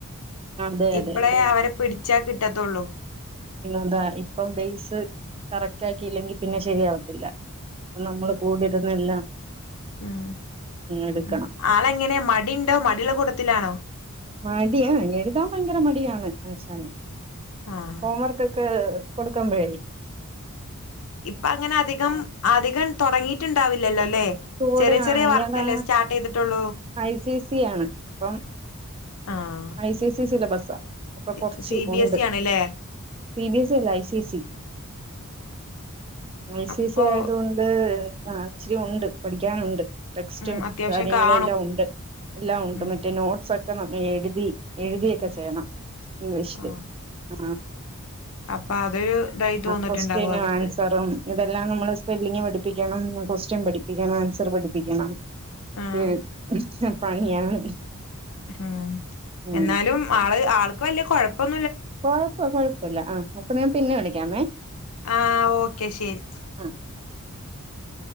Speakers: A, on the right (about 25°); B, on the left (about 80°).
A: അതെ അതെ
B: ഇപ്പളേ
A: അതെ
B: അവരെ പിടിച്ചാ കിട്ടതോള്ളൂ
A: പിന്നെന്താ ഇപ്പം ബെയേസ് കറക്റ്റ് ആക്കില്ലെങ്കിൽ പിന്നെ ശരിയാവത്തില്ല അപ്പ നമ്മള് കൂടിരുന്നെല്ലാം
B: ഉ മ്..
A: എടുക്കണം
B: ഉ ആളെങ്ങനെ മടിണ്ടോ മടിള്ള കൂടത്തിലാണോ
A: മടിയാ. എഴുതാൻ ഭയങ്കര മടിയാണ് ആശാന്
B: ആഹ്
A: ഹോം വർക്ക്ൊക്കെ കൊടുക്കമ്പഴേ
B: ഇപ്പ അങ്ങനെ അധികം അധികം തോടങ്ങിട്ടുണ്ടാവില്ലല്ലേ ല്ലെ
A: കൂടെ
B: ചെറിയ ചെറിയ
A: ആ, ഇയാള്
B: വർക്കല്ലേ സ്റ്റാർട്ടേയ്ത്ടോള്ളൂ
A: ഐ സി സി ആണ് അപ്പം
B: ആഹ്
A: ഐ സി സി സിലബസ് അപ്പൊ
B: സി
A: കൊറച്ച്
B: സി ബി
A: ഒണ്ട്.
B: എസ് ഇ ആണ്ല്ലേ
A: സി ബിസി അല്ല I C C I
B: അപ്പൊ
A: C C ആയതോണ്ട് ആ ഇച്ചിരി ഉണ്ട് പഠിക്കാനുണ്ട് ടെക്സ്റ്റും
B: ഉം അത്യാവശ്യം
A: കാര്യങ്ങളും
B: കാണും
A: എല്ലാം ഉണ്ട്. എല്ലാം ഉണ്ട്
B: ഉം
A: മറ്റേ നോട്ട്സൊക്കെ നമ്മ എഴുതി എഴുതിയൊക്കെ
B: ഉം
A: ചെയ്യണം ഇംഗ്ലീഷില്.
B: ആഹ്
A: ആ
B: അപ്പൊ അതൊരു ഇതായി തോന്നിട്ടുണ്ടാവും
A: കൊസ്റ്റനും
B: അവർക്ക്
A: ആൻസറും ഇതെല്ലാം നമ്മള് സ്പെല്ലിംഗ് പഠിപ്പിക്കണം ക്വസ്റ്റ്യൻ പഠിപ്പിക്കണം ആൻസർ പഠിപ്പിക്കണം
B: ആഹ്
A: ഏ ഇ <unintelligible> പണിയാണ്
B: ഉ
A: ഉം
B: എന്നാലും ആള് ആൾക്ക് വല്യ കൊ ഴപ്പം
A: കൊഴപ്പ കൊഴപ്പല്ല ആ അപ്പൊ ഞാൻ പിന്നെ വിളിക്കാവേ
B: ആ ഓക്കെ ശെരി.
A: ആ